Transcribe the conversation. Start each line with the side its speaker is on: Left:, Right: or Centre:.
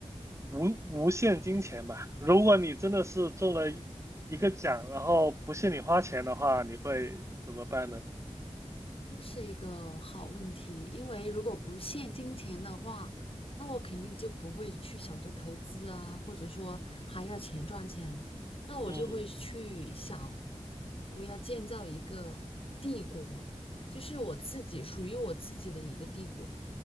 Right: 无无限金钱吧。如果你真的是中了一一个奖，然后不限你花钱的话，你会怎么办呢？
Left: 这是一个好问题，因为如果不限金钱的话，那我肯定就不会去想着投资啊，或者说还要钱赚钱，那我就会去想，
Right: 嗯，
Left: 我要建造一个帝国，就是我自己属于我自己的一个帝国。